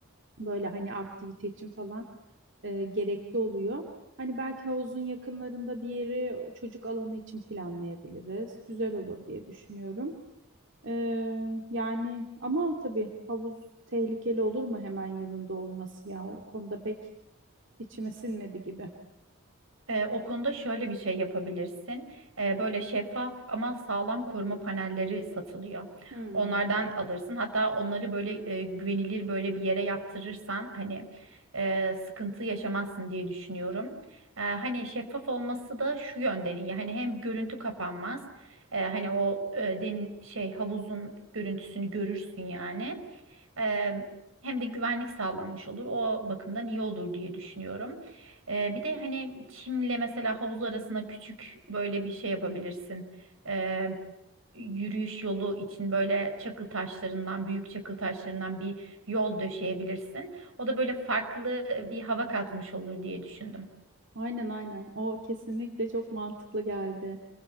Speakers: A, on the right; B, on the right.
A: böyle hani aktivite için falan e, gerekli oluyor. Hani belki havuzun yakınlarında bir yeri çocuk alanı için planlayabiliriz. Güzel olur diye düşünüyorum. Ee, yani ama tabii havuz tehlikeli olur mu hemen yanında olması ya? O konuda pek içime sinmedi gibi.
B: Ee, o konuda şöyle bir şey yapabilirsin. Ee, böyle şeffaf ama sağlam koruma panelleri satılıyor.
A: Hmm.
B: Onlardan alırsın. Hatta onları böyle e, güvenilir böyle bir yere yaptırırsan hani e, sıkıntı yaşamazsın diye düşünüyorum. Ee, hani şeffaf olması da şu yönden iyi. Hani hem görüntü kapanmaz. e, hani o e, deniz şey havuzun görüntüsünü görürsün yani. Eee, hem de güvenlik sağlanmış olur. O bakımdan iyi olur diye düşünüyorum. Eee, bir de hani çimle mesela havuz arasına küçük böyle bir şey yapabilirsin. Eee, yürüyüş yolu için böyle çakıl taşlarından, büyük çakıl taşlarından bir yol döşeyebilirsin. O da böyle farklı bir hava katmış olur diye düşündüm.
A: Aynen aynen. O kesinlikle çok mantıklı geldi.